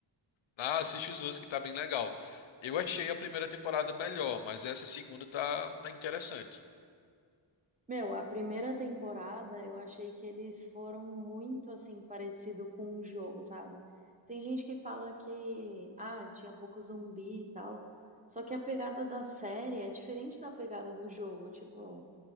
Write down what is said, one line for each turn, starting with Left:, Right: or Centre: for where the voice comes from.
Left: Ah, assiste os outros que tá bem legal. Eu achei a primeira temporada melhor, mas essa segunda tá, tá interessante.
Right: Meu, a primeira temporada eu achei que eles foram muito assim parecido com um jogo, sabe? Tem gente que fala que ah, tinha pouco zumbi e tal. Só que a pegada da série é diferente da pegada do jogo, tipo,